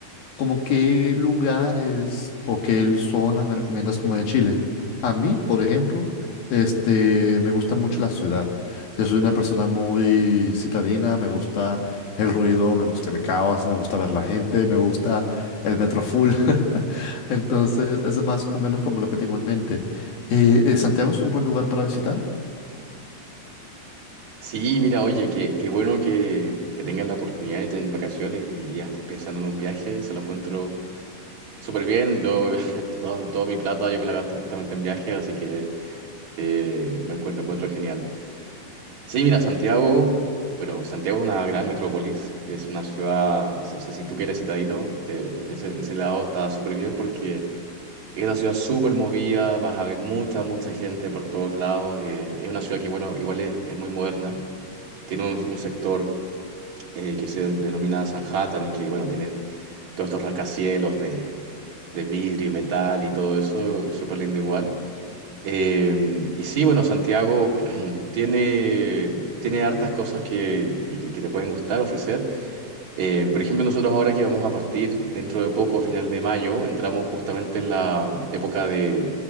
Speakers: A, on the left; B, on the right.
A: ¿Como qué lugares o qué zonas me recomiendas como de Chile? A mí, por ejemplo, este, me gusta mucho la ciudad. Yo soy una persona muy citadina, me gusta el ruido, me gusta el caos, me gusta ver la gente, me gusta el metro full. <laughs> Entonces, eso es más o menos como lo que tengo en mente. Eh, eh, ¿Santiago es un buen lugar para visitar?
B: Sí, mira, oye, qué, qué bueno que, que tengas la oportunidad de tener vacaciones y ya estés pensando en un viaje, se lo encuentro súper bien. Yo, <laughs> todo- toda mi plata yo me la gasto justamente en viajes, así que eh, lo encuentro, lo encuentro genial. Sí, mira, Santiago, bueno, Santiago es una gran metrópolis, es una ciudad, o sea, si tú quieres eres citadino, te- en ese, en ese lado está súper bien porque es una ciudad súper movida, vas a ver mucha, mucha gente por todos lados, eh, es una ciudad que, bueno, igual es, es muy moderna, tiene un, un sector eh, que se denomina Sanhattan y que, bueno, tiene todos estos rascacielos de, de vidrio y metal y todo eso, súper lindo igual. Eh, y sí, bueno, Santiago <clears throat> tiene, tiene hartas cosas que, que- que te pueden gustar, ofrecer. Eh, por ejemplo, nosotros ahora que vamos a partir dentro de poco, final de mayo, entramos justamente en la época de,